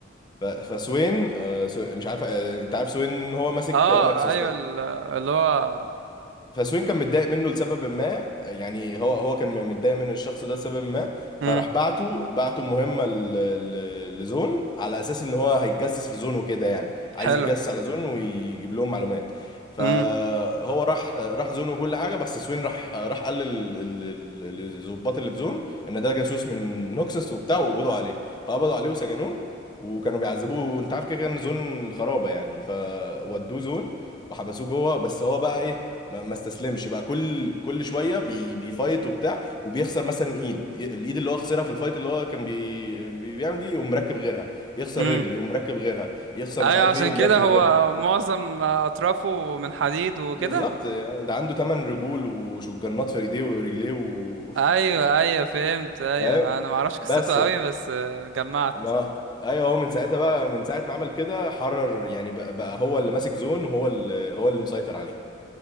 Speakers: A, on the left (about 25°); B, on the right (about 85°).
A: ف- فسوين آه سو مش عارف آه انت عارف سوين هو ماسك
B: اه
A: نكسس
B: ايوه
A: ف-
B: ال- اللي هو
A: فسوين كان متضايق منه لسبب ما يعني هو هو كان متضايق من الشخص ده لسبب ما فراح
B: مم.
A: بعته بعته مهمة ل- ل- لزون على أساس إن هو هيتجسس في زون وكده يعني عايز
B: حلو
A: يتجسس على زون ويجيب لهم معلومات فهو
B: امم
A: راح راح زون وكل حاجة بس سوين راح راح قال لل- لل- لل- للظباط اللي في زون إن ده جاسوس من نوكسس وبتاع وقبضوا عليه فقبضوا عليه وسجنوه وكانوا بيعذبوه انت عارف كده كده ان زون خرابه يعني فودوه زون وحبسوه جوه بس هو بقى ايه ما ما استسلمش بقى كل كل شويه بي بيفايت وبتاع وبيخسر مثلا ايد ي- الايد اللي هو خسرها في الفايت اللي هو كان بي بي- بيعمل دي يقوم مركب غيرها يخسر
B: امم
A: رجل يقوم مركب غيرها يخسر
B: ايوه
A: مش عارف
B: عشان
A: ايه يقوم
B: كده
A: مركب
B: هو
A: غيرها
B: معظم اطرافه من حديد وكده
A: بالظبط يعني ده عنده ثمان رجول وشجنات في ايديه ورجليه و...
B: ايوه ايوه فهمت ايوه
A: <laughs> فاهم
B: انا ما اعرفش قصته
A: بس
B: قوي بس آه، جمعت
A: ما ايوه هو من ساعتها بقى من ساعه ما عمل كده حرر يعني بقى, بقى هو اللي ماسك زون وهو اللي هو اللي مسيطر عليها